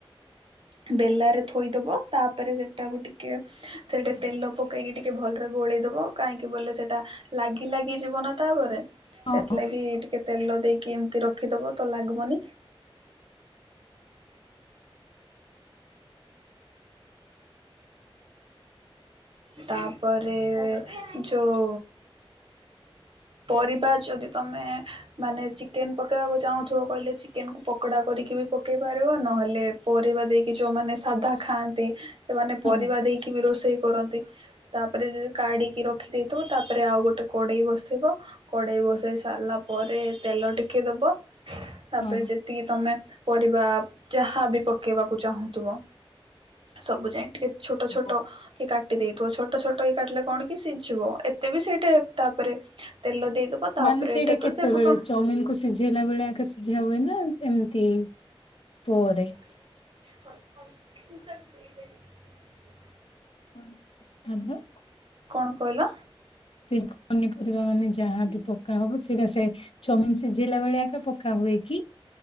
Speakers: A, on the right (about 65°); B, on the left (about 70°).
A: ଗୋଟେ ବେଲା ରେ ଥୋଇଦବ ତାପରେ ସେଟାକୁ ଟିକେ ସେଟା ତେଲ ପକେଇକି ଟିକେ ଭଲରେ ଗୋଳେଇଦବ କାହିଁକି ବୋଲେ ସେଟା ଲାଗି ଲାଗି ଯିବ ନା ତାପରେ।
B: ହଁ
A: ସେଥିଲାଗି ଟିକେ ତେଲ ଦେଇକି ଏମିତି ରଖିଦବ ତ ଲାଗିବନି। ତାପରେ ଯୋଉ ପରିବା ଯଦି ତମେ ମାନେ ଚିକେନ୍ ପକେଇବାକୁ ଚାହୁଁଥିବ କହିଲେ ଚିକେନ୍ ପକୋଡା କରିକି ବି ପକେଇ ପାରିବ ନହେଲେ ପରିବା ଦେଇକି ଯୋଉମାନେ ସାଧା ଖାଆନ୍ତି ସେମାନେ
B: ହଁ।
A: ପରିବା ଦେଇକି ବି ରୋଷେଇ କରନ୍ତି। ତାପରେ ଯଦି କାଢି଼କି ରଖିଦେଇଥିବ ତାପରେ ଆଉ ଗୋଟେ କଡ଼େଇ ବସିବ। କଡେଇ ବସେଇ ସାରିଲା ପରେ ତେଲ ଟିକେ ଦବ ତାପରେ
B: ହଁ
A: ଯେ ଯେତିକି ତମେ ପରିବା ଯାହା ବି ପକେଇବାକୁ ଚାହୁଁଥିବ। ସବୁ ଯାଏ ଟିକେ ଛୋଟ ଛୋଟ
B: ହଁ।
A: କି କା ଛୋଟ ଛୋଟ ହେଇ କାଟିଲେ କଣ କି ସିଝିବ ଏତେ ବି ସେଇଠେ ତାପରେ ତେଲ ଦେଇଦବ ତାପରେ
B: ମାନେ ସେଇଟା
A: ଏଠି ତ
B: କେତେବେଳେ
A: ସେ ଫୁଟଣ
B: ଚାଉମିନ୍ କୁ ସିଝେଇଲା ବେଳେ <unintelligible> ସିଝା ହୁଏ ନା। ଏମିତି ପୁଅରେ।
A: <unintelligible>
B: ହ୍ୟାଲୋ।
A: କଣ କହିଲ?
B: <unintelligible> ପନିପରିବା ମାନେ ଯାହାବି ପକା ହବ ସେଇଟା ସେ ଚଉମିନ ସିଝେଇଲା ବେଳେଆ ପକା ହୁଏ କି?